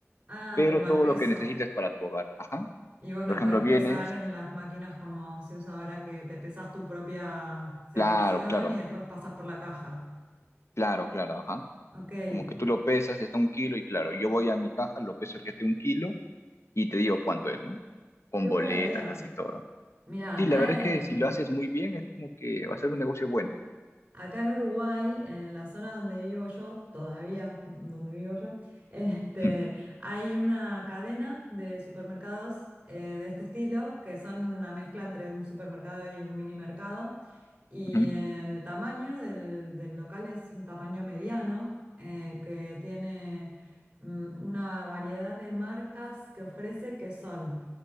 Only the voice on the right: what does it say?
Ah,
como al
peso.
Y vos lo
podés
pesar en las máquinas como se usa ahora que te pesas tu propia selección
y después pasas por la caja.
Ok, qué
buena idea.
Mira,
acá,
eh,
acá en Uruguay, en la zona donde vivo yo, todavía donde vivo yo, <laughs> este,
hay una cadena de supermercados eh, de este estilo, que son una mezcla entre un supermercado y un mini mercado. Y
el tamaño del, del local es un tamaño mediano, eh, que tiene mm, una variedad de marcas que ofrece que son...